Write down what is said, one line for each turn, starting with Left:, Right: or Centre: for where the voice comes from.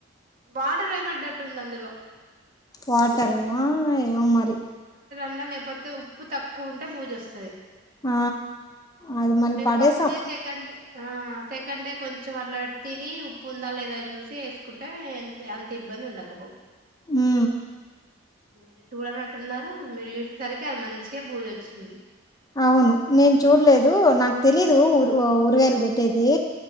Right: వాటర్ ఏమడ్డట్టుంది అందులో
Left: వాటర్ ఏమో మరి
Right: న్నా లేకపోతే ఉప్పు తక్కువ ఉంటే బూజు వస్తుంది
Left: ఆ అది మళ్ళీ
Right: మీరు
Left: పడేసాం
Right: ఫస్ట్ డే సెకండ్ డే ఆ సెకండ్ డే కొంచెం అట్లా తిని ఉప్పు ఉందా లేదా చూసి వేసుకుంటే అంత ఇబ్బంది ఉండకపో
Left: ఉ ఊ
Right: మీరు చూడనట్టున్నారు మీరు చూసేసరికి అది మంచిగా బూజ వచ్చింది
Left: అవును నేను చూడలేదు నాకు తెలీదు ఊరు ఊరగాయలు పెట్టేది